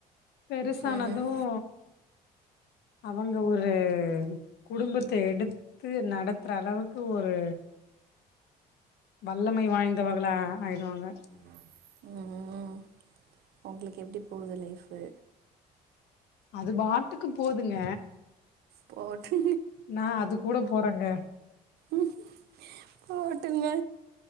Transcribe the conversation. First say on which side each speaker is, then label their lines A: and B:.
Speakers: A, on the left; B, on the right.
A: பெருசானதும்
B: ம்,
A: அவங்க ஒரு குடும்பத்த எடுத்து நடத்துற அளவுக்கு ஒரு வல்லமை வாய்ந்தவங்ளா ஆயிடுவாங்க
B: ம் ம் உங்களுக்கு எப்டி போகுது லைஃப்பு
A: அது பாட்டுக்கு போதுங்க
B: போட்டு
A: நா அது கூட போறேங்க
B: ம் போட்டுங்க